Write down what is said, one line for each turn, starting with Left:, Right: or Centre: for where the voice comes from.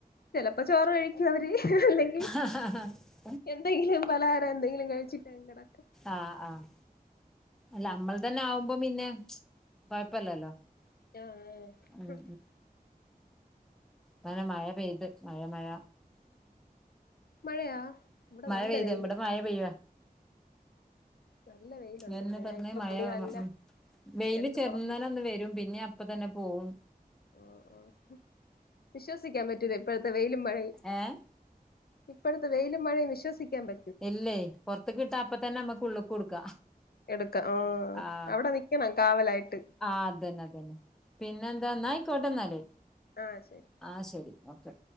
Left: ചെലപ്പോ ചോറ് കഴിക്കു അവര് അല്ലെങ്കി
Centre: അഹ ഹ..
Left: എന്തെങ്കിലും പലഹാര എന്തെങ്കിലും കഴിച്ചിട്ടങ്‌ കെടക്ക
Centre: ആഹ് ആഹ് അല്ല അമ്മൾ തന്നെ ആവുമ്പോ പിന്നെ കൊഴപ്പല്ലല്ലോ.
Left: <unintelligible>
Centre: ഉം അങ്ങനെ മയ പെയ്ത് മഴ മഴ
Left: മഴയാ ഇവിടെ
Centre: മഴ
Left: നല്ല
Centre: പെയ്ത്
Left: വെയില്.
Centre: ഇവിടെ മഴ പെയ്യുവാ
Left: നല്ല വെയിലുണ്ട്
Centre: അതെന്നെ
Left: ഇവിടെ
Centre: പറഞ്
Left: ഞാൻ ഇപ്പൊ
Centre: മഴ
Left: തുണികളെല്ലാം
Centre: വ. വെയില്
Left: എടുത്ത്
Centre: ചെറുന്നെനന്ന്
Left: പുറത്തിട്ട്
Centre: വെരും. പിന്നിം അപ്പ തന്നെ പോവും.
Left: ആഹ് ആഹ് വിശ്വസിക്കാൻ പറ്റൂല. ഇപ്പഴത്തെ വെയിലും മഴയും.
Centre: ഏഹ്
Left: ഇപ്പഴത്തെ വെയിലും മഴയും വിശ്വസിക്കാൻ പ
Centre: ഇല്ലേയ് പൊർത്ത് കിട്ടാ അപ്പതന്നെ. അമ്മക്ക് ഉള്ളൂകുട്ക്കാ
Left: എടുക്ക ആ
Centre: ആഹ് ആ
Left: അവിടെ നിക്കണം കാവലായിട്ട്
Centre: ആതന്നെ അതന്നെ പിന്നെ. ഇന്നാ അയിക്കോട്ടെ ഇന്നാല്.
Left: ആ ശെരി.
Centre: ആ ശരി ഓക്കെ